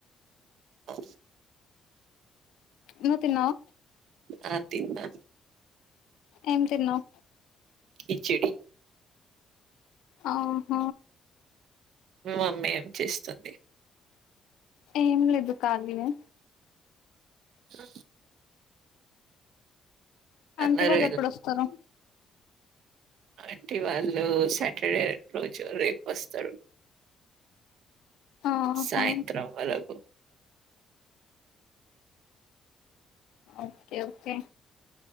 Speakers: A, on the right; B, on the left.
A: ఓ
B: నువ్ తిన్నావా
A: ఆ తిన్నా
B: ఏం తిన్నావు
A: కిచిడి
B: ఆ ఆహ
A: మీ మమ్మీ ఏం చేస్తుంది
B: ఏం లేదు ఖాళీనే
A: ఆ అందరూ
B: ఆంటీ వాళ్ళు ఎప్పుడోస్తారు
A: అంటే వాళ్ళు సాటర్డే రోజు రేపు వస్తారు
B: ఆహా
A: సాయంత్రం వరకు
B: ఓకే ఓకే